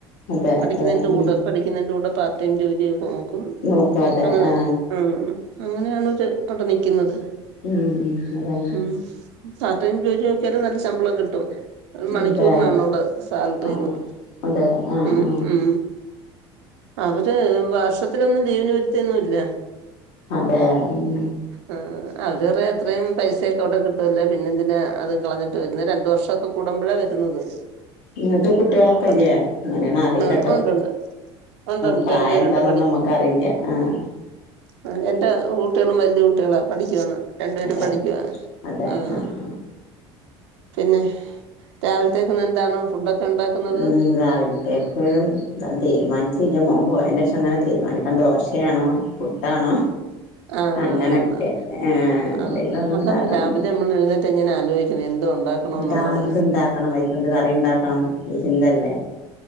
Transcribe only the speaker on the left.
അതെ
അതെ ഉം
നോക്കും അതെ
ആ
ഉം അതന്നെ
അതെ
ആ അതെ ആ
ആ
അതെ ഉം
നിങ്ങക്ക് കുട്ടികളൊക്കെല്ലേ
അങ്ങനെയണ അറിയിലട്ടോ
പ്രായം
എന്താന്നൊന്നും നമ്മക്ക്അ റീയില്ല ആഹ്
അതെ
അതെ
ആ ആ
ഉം രാവിലത്തേക്ക് ഞാൻ തീരുമാനിച്ചില്ല മോം പോയന്റെ ശേഷം അങ്ങനെ തീരുമാനിക്കാൻ ദോശയണോ പുട്ടാണോ
അങ്ങനെയൊക്കെ
ഏ എന്തെങ്കിലൊന്ന്
ഇണ്ടാക്കണം
എന്താ
എന്തുണ്ടാക്കണം അയിക്കെന്ത് കറി ഉണ്ടാക്കണം ഈ ചിന്തല്ലേ